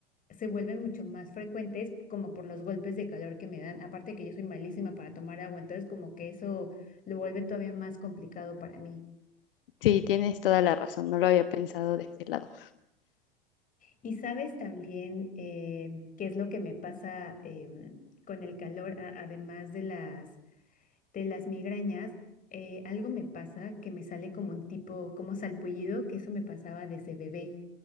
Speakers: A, on the left; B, on the left.
A: se vuelven mucho más frecuentes como por los golpes de calor que me dan. Aparte de que yo soy malísima para tomar agua, entonces como que eso lo vuelve todavía más complicado para mí.
B: Sí, tienes toda la razón. No lo había pensado de ese lado.
A: Y sabes también eh, qué es lo que me pasa em, con el calor, a- además de las de las migrañas, eh, algo me pasa que me sale como un tipo, como salpullido, que eso me pasaba desde bebé.